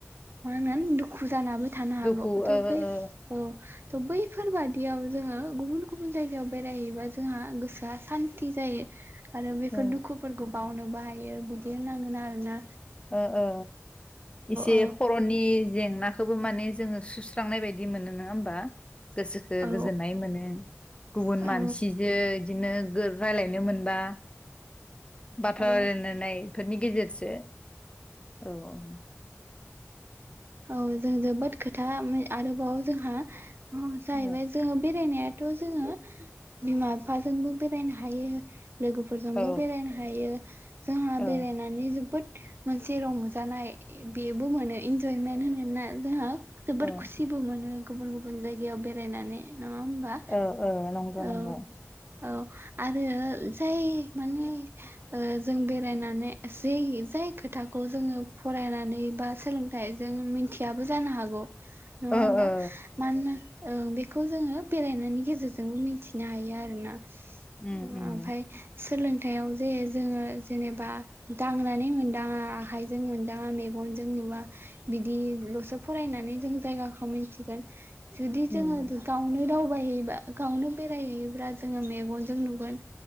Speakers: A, on the right (about 50°); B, on the left (about 25°).
A: मा होनगोन दुखु जानाबो थानो हागौ
B: दुखु
A: थ
B: ओ
A: बै
B: ओ
A: औ थ बै फोर बादियाव जोङो गुबुन गुबुन जायगायाव बेरायहैबा जोंहा गोसोआ सान्थि जायो। आरो बेफोर
B: ओ
A: दुखुफोरखौ बावनो बो हाय यो बिदि होननांगोन आरो ना।
B: ओ ओ एसे
A: औ
B: खरनि जेंना खोबो माने जोङो सुस्रांनाय बायदि मोनो नोङा होमबा? गोसोखो
A: औ
B: गोजोननाय मोनो गुबुन
A: औ
B: मानसिजो बिदिनो गो रायलायनो मोनबा बाथ्रा
A: औ
B: रायलायनायफोरनि गेजेर जो औ।
A: औ जों जोबोद खोथा मो आरोबाव जोंहा अ जाहैबाय
B: औ
A: जोङो बेरायनाया थ' जोङो बिमा बिफाजोंबो बेरायनो हायो लोगोफोरजोंबो
B: औ
A: बेरायनो हायो जोंहा
B: औ
A: बेरायनानै जो बोद मोनसे रंजानाय बेबो मोनो इन होनगोन ना जोंहा जोबोर
B: औ
A: खुसिबो मोनो गुबुन गुबुन जायगायाव बेरायनानै नङा होमबा
B: औ औ नंगो नंगौ।
A: औ औ आरो जाय माने ओ जों बेरायनानै जै जाय खोथाखौ जोङो फरायनानै बा सोलों थाय जों मिथियाबो जानो हागौ। नङा
B: ओ
A: होमबा
B: ओ
A: मानोना ओं बेखौ जोङो बेरायनायनि गेजेरजोंबो मिथिनो हायो आरो ना। ओ-ओमफाय
B: उम उम
A: सोलों थायाव जे जोङो जेनेबा दांनानै मोनदाङा आखाइजों मोनदाङा मेगनजों नुवा बिदिल'सो फरायनानै जों जायगाखौ मोनथिगोन। जुदि
B: उम
A: जोङो दुर गावनो गाव बेरायहैबा गावनो बेरायहैयोब्ला जोङो मेगनजों नुगोन